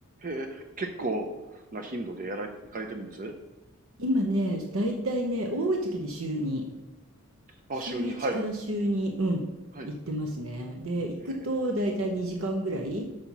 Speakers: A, on the right; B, on the right.
A: へえ、結構な頻度でやられ、行かれてるんです
B: 今ねだいたいね多い時で週に
A: あ、
B: 週1から週2、
A: 週に、はい。
B: うん、
A: はい。
B: 行ってますね。
A: へ
B: で、行くと大体2時間ぐらい、
A: え、